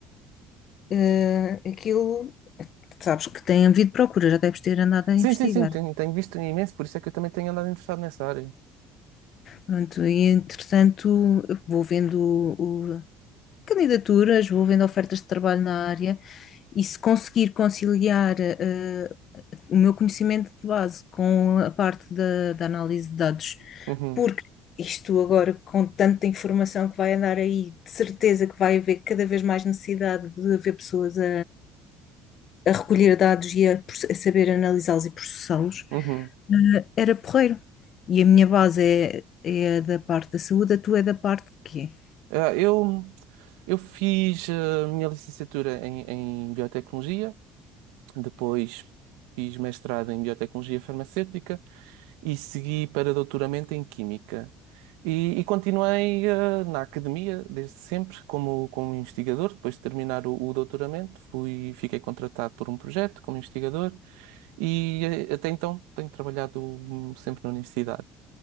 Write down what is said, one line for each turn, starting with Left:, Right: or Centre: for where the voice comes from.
Left: Eh, aquilo, sabes que tem havido procura, já deves ter andado a investigar.
Right: Sim, sim, sim, tenho, tenho visto imenso, por isso é que eu também tenho andado interessado nessa área.
Left: Pronto, e entretanto vou vendo o- o- candidaturas, vou vendo ofertas de trabalho na área e se conseguir conciliar. ah, o meu conhecimento de base com a parte da, da análise de dados,
Right: Uhum,
Left: porque isto agora, com tanta informação que vai andar aí, de certeza que vai haver cada vez mais necessidade de haver pessoas a, a recolher dados e a, proce- a saber analisá-los e processá-los,
Right: uhum.
Left: eh, era porreiro. E a minha base é, é a da parte da saúde, a tua é da parte de quê?
Right: Ah, eu, eu fiz a minha licenciatura em, em biotecnologia Depois fiz mestrado em biotecnologia farmacêutica e segui para doutoramento em química. E, e continuei eh, na academia desde sempre como, como investigador. Depois de terminar o, o doutoramento, fui, fiquei contratado por um projeto como investigador e eh, até então tenho trabalhado hum, sempre na universidade.